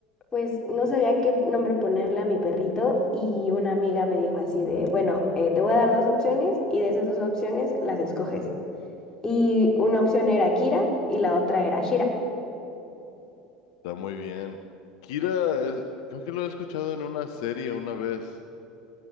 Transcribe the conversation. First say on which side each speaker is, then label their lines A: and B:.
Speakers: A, on the left; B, on the left.
A: pues no sabía qué nombre ponerle a mi perrito y una amiga me dijo así de, bueno, eh, te voy a dar dos opciones y de esas dos opciones las escoges. Y una opción era Kira y la otra era Shira.
B: Está muy bien. Kira, es- creo que lo he escuchado en una serie una vez.